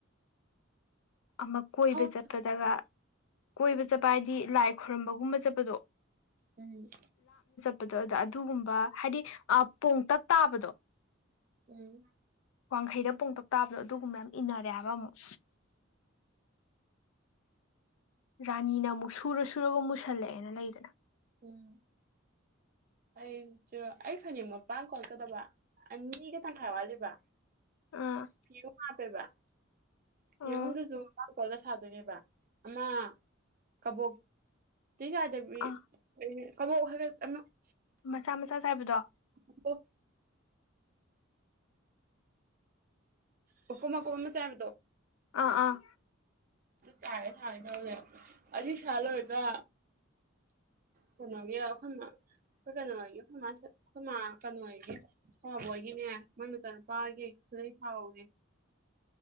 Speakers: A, on the left; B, on the right.
A: ꯑꯃ ꯀꯣꯏꯕ
B: ꯎꯝ
A: ꯆꯠꯄꯗꯒ ꯀꯣꯏꯕ ꯆꯠꯄ ꯍꯥꯏꯗꯤ ꯂꯥꯏ ꯈꯣꯏꯔꯝꯕꯒꯨꯝꯕ ꯆꯠꯄꯗꯣ
B: ꯎꯝ
A: <unintelligible> ꯑꯗꯨꯒꯨꯝꯕ ꯍꯥꯏꯗꯤ ꯄꯣꯡꯇꯛ ꯇꯥꯕꯗꯣ
B: ꯎꯝ
A: ꯋꯥꯡꯈꯩꯗ ꯄꯣꯡꯇꯛ ꯇꯥꯕꯗꯣ ꯑꯗꯨꯒꯨꯝꯕ ꯌꯥꯝ ꯏꯟꯅꯔꯦ ꯍꯥꯏꯕ ꯑꯃꯨꯛ ꯔꯥꯅꯤꯅ ꯑꯃꯨꯛ ꯁꯨꯔ ꯁꯨꯔꯒ ꯃꯨꯁꯜꯂꯛꯑꯦꯅ ꯂꯩꯗꯅ
B: ꯎꯝ ꯑꯩꯁꯨ ꯑꯩ ꯐꯅꯦꯛ ꯃꯄ ꯀꯣꯜꯀꯗꯕ ꯑꯅꯤꯒ ꯇꯪꯈꯥꯏ ꯋꯥꯠꯂꯤꯕ
A: ꯑꯥ
B: <unintelligible> ꯍꯥꯄꯦꯕ ꯐꯤ
A: ꯑꯥ
B: ꯑꯍꯨꯝꯗꯨꯁꯨ ꯀꯥꯎꯗ ꯁꯥꯗꯣꯏꯅꯦꯕ ꯑꯃ ꯀꯕꯣꯛ <unintelligible>
A: ꯑꯥ
B: ꯑꯃꯃ ꯋꯥꯒ ꯌꯥꯝ <unintelligible>
A: ꯃꯆꯥ ꯃꯆꯥ ꯆꯥꯏꯕꯗꯣ
B: ꯃꯀꯨꯞ ꯃꯀꯨꯞ ꯃꯥꯀꯨꯞ ꯑꯃꯥ ꯆꯥꯏꯕꯗꯣ
A: ꯑꯥ ꯑꯥ
B: ꯇꯥꯒꯦ ꯊꯥꯒꯦ <unintelligible> ꯇꯧꯅꯦꯦ ꯑꯗꯨ ꯁꯥ ꯂꯣꯏꯕ꯭ꯔꯥ ꯀꯩꯅꯣꯒꯤ ꯑꯩꯈꯣꯏ ꯑꯩꯈꯣꯏ ꯀꯩꯅꯣꯒꯤ ꯑꯩꯈꯣꯏ ꯑꯩꯈꯣꯏ ꯀꯩꯅꯣ ꯑꯣꯏꯒꯤ ꯃꯕꯣꯛ ꯍꯣꯏꯒꯤꯅꯦ ꯃꯣꯏ ꯃꯆꯥꯅꯨꯄꯥꯒꯤ ꯈꯨꯗꯩ ꯁꯥꯍꯧꯅꯦ